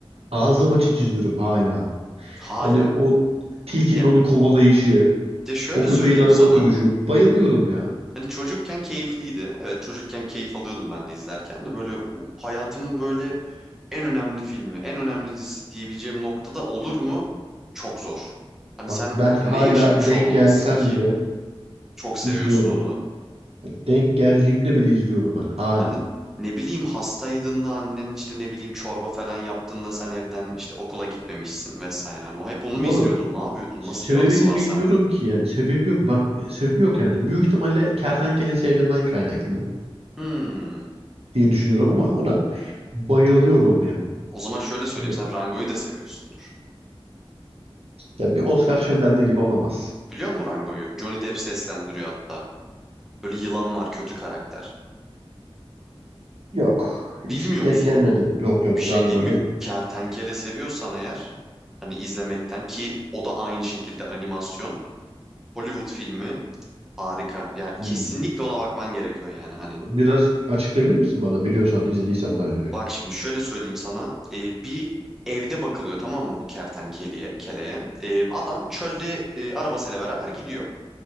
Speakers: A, on the right; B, in the centre.
A: ağzım açık izliyorum hala.
B: Hala.
A: Yani o tilkinin
B: Ya,
A: onu kovalayışı,
B: ya şöyle
A: o köpeğin
B: söyleyeyim
A: araba
B: sana.
A: sürüşü. Bayılıyorum ya.
B: Hani çocukken keyifliydi. Evet çocukken keyif alıyordum ben de izlerken de böyle u- hayatımın böyle en önemli filmi, en önemli dizisi diyebileceğim noktada olur mu? Çok zor. Hani
A: Bak
B: sen
A: ben hala
B: ne yaşamış
A: denk
B: olmalısın
A: gelsem
B: ki
A: bile
B: çok seviyorsun
A: izliyorum.
B: onu?
A: Yani denk geldiğimde bile izliyorum ben hala.
B: Hani ne bileyim hastaydın da annen işte ne bileyim çorba falan yaptın da sen evden işte okula gitmemişsin vesaire. Hani o hep onu mu
A: Oğlum
B: izliyordun? Ne yapıyordun?
A: sebebini
B: Nasıl bir anısı var
A: bilmiyorum
B: sende?
A: ki yani. Sebebi yok. Ben sebebi yok yani. Büyük ihtimalle kertenkele seyrinden kaynaklı
B: Hmm.
A: diye düşünüyorum ama ona bayılıyorum ya.
B: O zaman şöyle söyleyeyim.
A: Yani
B: Sen Rango'yu da seviyorsundur.
A: Ya bir Oscar çöllerde gibi olamaz.
B: Biliyor musun Rango'yu? Johnny Depp seslendiriyor hatta. Böyle yılan var kötü karakter.
A: Yok. Hiç
B: Bilmiyor
A: denk
B: musun
A: gelmedim.
B: onu?
A: Yok yok
B: Bir şey
A: Brangoni.
B: değil mi? Kertenkele seviyorsan eğer hani izlemekten ki o da aynı şekilde animasyon. Hollywood filmi harika. Yani
A: Hmm.
B: kesinlikle ona bakman gerekiyor yani hani.
A: Biraz açıklayabilir misin bana? Biliyorsan, izlediysen daha önce.
B: Bak şimdi şöyle söyleyeyim sana. Ee, bir evde bakılıyor tamam mı bu kertenkeleye? Keleye. Ee, adam çölde e, arabasıyla beraber gidiyor.